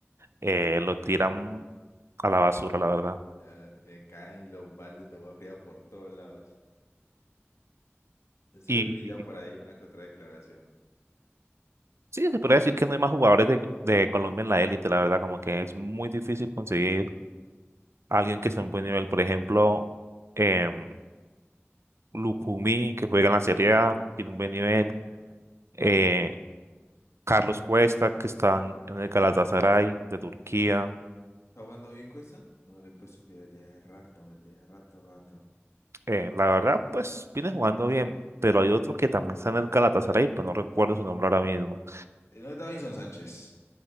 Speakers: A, on the right (about 70°); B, on the left (about 80°).
A: eh, lo tiran a la basura, la verdad.
B: ya le caen los baldes de agua fría por todos lados. Así
A: Y
B: lo he pillado por ahí una que otra declaración.
A: sí, se podría decir que no hay más jugadores de, de Colombia en la élite, la verdad, como que es muy difícil conseguir alguien que esté en buen nivel. Por ejemplo, em, Lucumí, que juega en la Serie A, tiene un buen nivel.
B: Pero,
A: eh, Carlos Cuesta, que está en en el Galatasaray de Turquía.
B: ¿Está jugando bien Cuesta? No le he puesto cuidado desde hace rato, desde hace rato, rato.
A: Eh, la verdad, pues viene jugando bien, pero hay otro que también está en el Galatasaray, pero no recuerdo su nombre ahora mismo.
B: Eh, No es Davinson Sánchez.